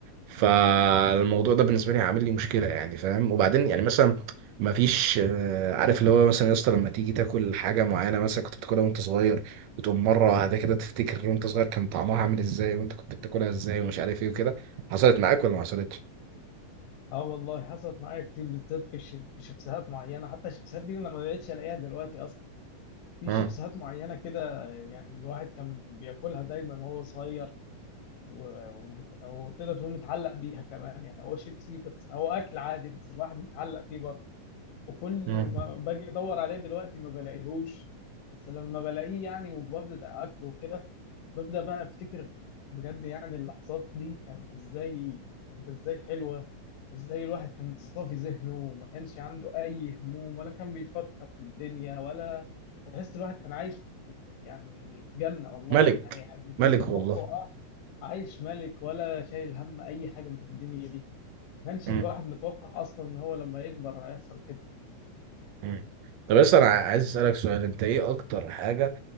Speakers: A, on the right (about 75°); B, on the left (about 70°).
A: فالموضوع ده بالنسبة لي عامل لي مشكلة يعني فاهم؟ وبعدين يعني مثلا مفيش آه، عارف اللي هو مثلا يا اسطى لما تيجي تاكل حاجة معينة مثلا كنت بتاكلها وأنت صغير وتقوم مرة واحدة كده تفتكر وأنت صغير كان طعمها عامل إزاي وأنت كنت بتاكلها إزاي ومش عارف إيه وكده حصلت معاك ولا ما حصلتش؟
B: اه والله حصلت معايا كتير بالذات في الش- في شيبسات معينه حتى الشيبسات دي انا ما بقتش الاقيها دلوقتي اصلا في
A: مم.
B: شيبسات معينه كده يعني الواحد كان بياكلها دايما وهو صغير و- ومت- وتقدر تقول متعلق بيها كمان يعني هو شيبسي بس هو اكل عادي بس الواحد متعلق فيه برضه وكل
A: مم.
B: ما باجي ادور عليه دلوقتي ما بلاقيهوش بس لما بلاقيه يعني وببدا اكله كده ببدأ بقى أفتكر بجد يعني اللحظات دي كانت إزاي كانت إزاي حلوة وإزاي الواحد كان صافي ذهنه وما كانش عنده أي هموم ولا كان بيفكر في الدنيا ولا تحس الواحد كان عايش في يعني في جنة والله
A: ملك
B: يعني بالنسبة
A: ملك
B: لمخه
A: والله
B: أه عايش ملك ولا شايل هم أي حاجة من الدنيا دي ما كانش
A: مم.
B: الواحد متوقع أصلا إن هو لما يكبر هيحصل كده
A: مم. طب بس انا عايز اسالك سؤال انت ايه اكتر حاجه